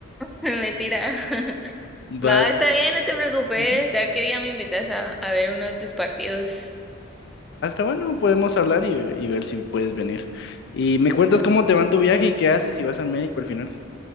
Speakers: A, in the centre; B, on the left.
A: Mentira. <laughs>
B: Basta,
A: Va, está bien, no te preocupes.
B: ujú,
A: A ver qué día me invitas a, a ver uno de tus partidos.
B: bueno, podemos hablar y, y ver si puedes venir. Y me cuentas cómo te va en tu viaje y qué haces si vas al médico al final.